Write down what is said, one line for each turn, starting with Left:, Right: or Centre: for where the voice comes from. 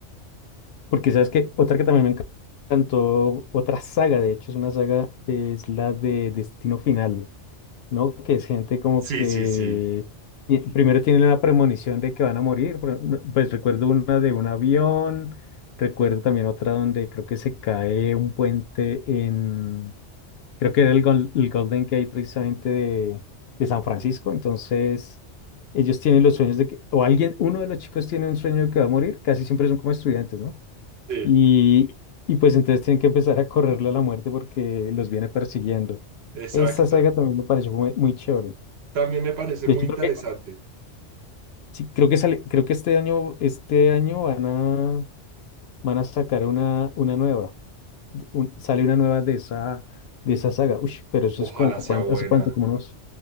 Left: Porque sabes que otra que también me enca- encantó, otra saga, de hecho, es una saga, es la de Destino Final. ¿no? Que es gente como
Right: Sí,
Left: que
Right: sí, sí.
Left: ti- primero tienen la premonición de que van a morir. por ejemplo, Pues recuerdo una de un avión, recuerdo también otra donde creo que se cae un puente en, creo que era el, Gol- el Golden Gate precisamente de, de San Francisco. Entonces, ellos tienen los sueños de que, o alguien, uno de los chicos tiene un sueño de que va a morir, casi siempre son como estudiantes, ¿no?
Right: Sí,
Left: Y, y pues entonces tienen que empezar a correrle a la muerte porque los viene persiguiendo.
Right: exacto.
Left: Esa saga también me pareció muy, muy chévere.
Right: También me parece
Left: De
Right: muy
Left: hecho,
Right: interesante.
Left: creo que, sí, creo que sale, creo que este año, este año van a, van a sacar una, una nueva. un- sale una nueva de esa, de esa saga. Uy, pero eso
Right: Ojalá
Left: es como cuánto,
Right: sea buena.
Left: hace cuánto, como unos,